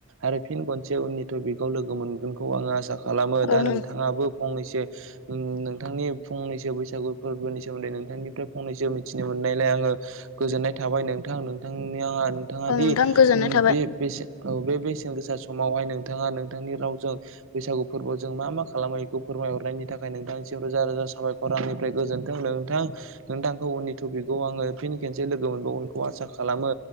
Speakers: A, on the right (about 60°); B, on the left (about 70°).
A: आरो फिन खनसे उननि टपिकआव लोगो मोनगोनखौ आं आसा खालामो
B: औ
A: दा
B: नों
A: नोंथाङाबो फंनैस नोंथांनि फंनैसो बैसागु फोरबोनि सोमोन्दै नोंथांनिफ्राय फंनैसो मिथिनो मोननायलाय आङो गोजोननाय थाबाय नों थां नोंथांनि आं नोंथाङा
B: औ
A: दि
B: नोंथां गोजोननाय थाबाय
A: बे-बेसे औ बे बेसेन गोसा समावहाय नोंथाङा नोंथांनि रावजों बैसागु फोरबोजों मा मा खालामो बेखौ फोरमायहरनायनि थाखाय नोंथांनिम रोजा रोजा साबायखर आंनिफ्राय गोजोनथों नोंथां नोंथांखौ उननि टपिकखौ आङो फिन खेनसे लोगो मोनबावगोनखौ आसा खालामो